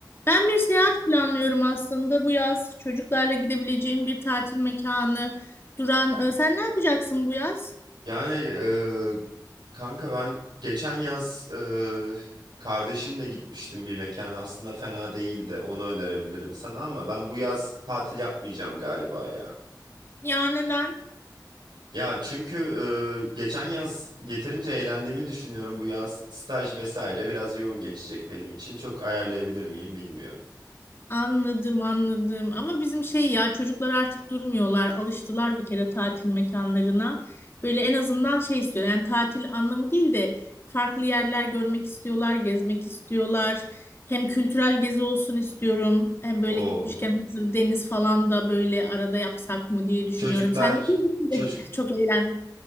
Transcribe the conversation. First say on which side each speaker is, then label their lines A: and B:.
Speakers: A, on the left (about 35°); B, on the right (about 85°).
A: Ben bir seyahat planlıyorum aslında bu yaz. Çocuklarla gidebileceğim bir tatil mekanı, duran. Ee, Sen ne yapacaksın bu yaz?
B: Yani e, kanka ben geçen yaz e, kardeşimle gitmiştim bir mekana. Aslında fena değildi. Onu önerebilirim sana ama ben bu yaz tatil yapmayacağım galiba ya.
A: Ya neden?
B: Ya çünkü e, geçen yaz yeterince eğlendiğimi düşünüyorum. Bu yaz staj vesaire biraz yoğun geçecek benim için. Çok ayarlayabilir miyim bilmiyorum.
A: Anladım, anladım. Ama bizim şey ya çocuklar artık durmuyorlar. Alıştılar bir kere tatil mekanlarına. Böyle en azından şey istiyor, Yani tatil anlamı değil de farklı yerler görmek istiyorlar, gezmek istiyorlar. Hem kültürel gezi olsun istiyorum. Hem böyle
B: O
A: gitmişken hazır deniz falan da böyle arada yapsak mı diye düşünüyorum.
B: çocuklar
A: Sen ne diyorsun?
B: çocuk
A: <laughs> Çok eğlendim.